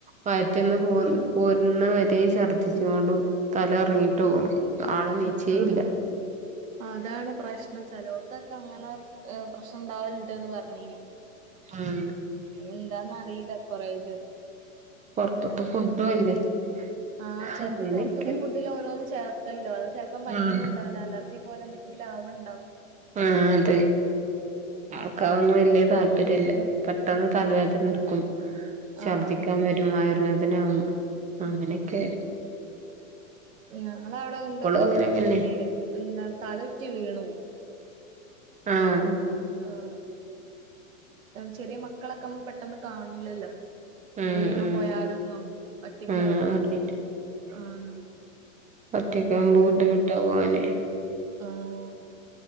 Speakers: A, on the right; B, on the right.
A: വയ്റ്റിന്ന് പോ പോരുന്ന വരെ ഛർദ്ദിച് ങ്ങാണ്ടും തല കറങ്ങിട്ടും ആള് നീച്ചേ
B: അതാ
A: ഇല്ല
B: അതാണ് പ്രശ്നം ചെലോർക്കക്കെ അങ്ങനെ ഏഹ് പ്രശ്നം ഇണ്ടാവലണ്ട്ന്ന് പറഞ്ഞിനി
A: ഉം
B: എന്താന്നറീല്ല കൊറേയിത്
A: പൊറത്ത്ത്തെ
B: ഉം
A: <unintelligible>
B: ആഹ് ചെൽപ്പോ
A: അങ്ങനെയൊക്കെ
B: പൊറ്ത്ത്ത്തെ ഫുഡിലൊരോന് ചേർത്തല്ലോ അത് ചെൽപ്പം പറ്റ്ന്ണ്ടാവ
A: ഉം
B: അലർജി പോലെ എന്തെങ്കിലും ആവ്ണ്ടാവും
A: ആഹ് അതെ ആൾക്കതൊന്നും വെല്ല്യ താല്പര്യല്ല പെട്ടെന്ന് തലവെദനട്ക്കും ക്കും ഛർദിക്കാൻ
B: ആഹ്
A: വരും വയർ വേദനാവും അങ്ങനെക്കെ
B: ഞങ്ങളവട ഉണ്ടോരു
A: അങ്ങനെങ്ങനെ
B: ചേച്ചിക്ക് എന്താണ് തലചുറ്റി വീണ് പോ
A: ആഹ്
B: ആഹ് ചെറിയ മക്കളക്കാവുമ്പ പെട്ടെന്ന് കാണൂലല്ലോ
A: ഉം
B: വീണ്
A: ഉം
B: പോയാലൊന്നും ഒറ്റക്ക്
A: ആഹ്
B: ആവുമ്പോ
A: അറിയില്ല
B: ആഹ്
A: ഒറ്റക്കാവുമ്പ ബുദ്ധിമുട്ടാ പോവാന്
B: ആഹ്